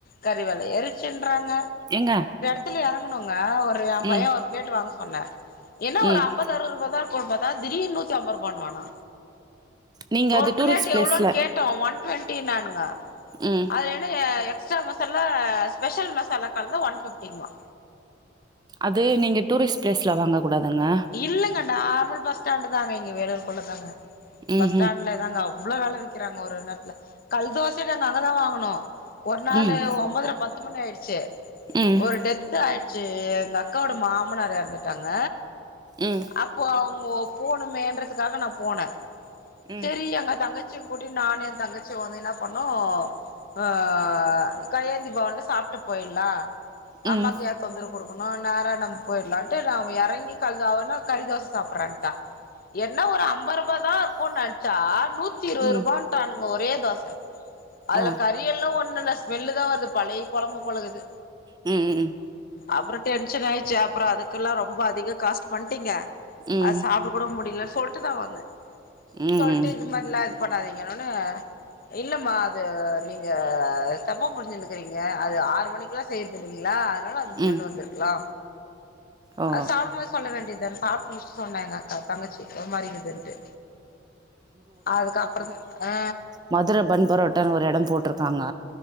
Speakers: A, on the left; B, on the right.
A: கறிவெல ஏறிருச்சுன்றாங்க
B: ஏங்க
A: பஸ்ல இறங்கணோங்க ஒரு என் பையன்
B: ம்
A: ஒரு பிளேட் வாங்க சொன்னே
B: ம்
A: அம்பது அருவதூருவாதாஇருக்கும் பாத்தா திடீர்னு நூத்திம்பதூண்ணுவான்னா
B: நீங்க
A: ஒரு
B: அது
A: பிளேட்
B: டூரிஸ்ட் பிளேஸ்ல
A: எவ்ளோன் கேட்டோ ஒன் டுவெண்டி நானுங்க
B: ம்
A: அது என்ன எக்ஸ்ட்ரா மசாலா ஸ்பெஷல் மசாலா கலந்தா ஒன் ஃபிப்டிங்ளா
B: அது நீங்க டூரிஸ்ட் ப்ளேஸ்ல வாங்க கூடாதுங்க
A: இல்லங்க நார்மல் பஸ்டாண்டு தாங்க இங்கே வேலுர்க்குள்ள தாங்க
B: ம்
A: பஸ்டாண்ட்ல தாங்க ஆகு எவ்ளோ வெலை விக்கிறாங்க ஒரு ஒரு நேரத்துல கல் தோசையே நாங்க அங்கதா வாங்குணோ ஒரு நாளு
B: ம் ம்
A: ஒம்பதரை பத்து மணி ஆயிடுச்சு
B: ம்
A: ஒரு டெத் து ஆயிடுச்சு எங்க அக்காவோட மாமனார் எறந்துட்டாங்க
B: ம்
A: அப்போ அவுங்கோ போனுமேன்றதுக்காக நா போனே
B: ம்
A: சேரி அங்க தங்கச் ச்சியும் கூட்டி நானு என் தங்கச்சியு வந்து என்ன பண்ணோ ஆ கையேந்தி பவன்ல சாப்ட்டு போயிடலா
B: ம்
A: அம்மாக்கு ஏ தொந்தரவு குடுக்கணு நேரா நம்ம போயிடலாட்டு நா இறங்கி கழுதாஒன்னு கறிதோச சாப்றேன்டா என்ன ஒரு அம்பரு பதா இருக்கும்னு நெனைச்சா நூத்தி இருபது
B: ம் ம்
A: ரூபான்டானுங்க ஒரே தோசை அதுல
B: ஆ
A: கறி றியெல்லா ஒண்ணு இல்ல ஸ்மெல்லுதா வருது பழைய குழம்பு போலருக்குது
B: ம்
A: அப்றோ டென்ஷன் ஆயிச்சு அப்றோ அதுக்கெல்லா ரொம்ப அதிக காஸ்ட் பண்ணிட்டீங்க
B: ம்
A: அது சாப்ட கூட முடியல சொல்ட்டுதா வந்தே
B: ம்
A: சொல்ட்டு
B: ம்
A: இது மாரி எல்லாம் இது பண்ணாதீங்கன்னோன்னே இல்லம்மா அது நீங்க தப்பா புரிஞ்சிட்ருக்கிறீங்க அது ஆறு மணிகுள்ள செய்றது இல்லைங்களா அதனால அந்த ஸமெல்லு
B: ம்
A: வந்திருக்கலா
B: ஓ
A: அதை சாப்டம்போது சொல்ல வேண்டியதான சாப்டு முடுச்சட்டு சொன்னா எங்க அக்கா தங்கச்சி ஒரு மாதிரிஇருக்குதுன்டு அதுக்கப்புறந்தா அ
B: மதுர பன் பரோட்டான்னு ஒரு எடம் போட்ருக்காங்க